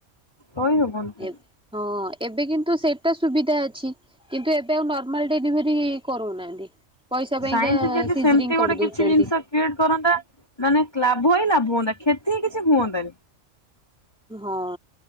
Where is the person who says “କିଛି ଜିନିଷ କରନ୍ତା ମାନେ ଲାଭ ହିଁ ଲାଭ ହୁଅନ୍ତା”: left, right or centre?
Left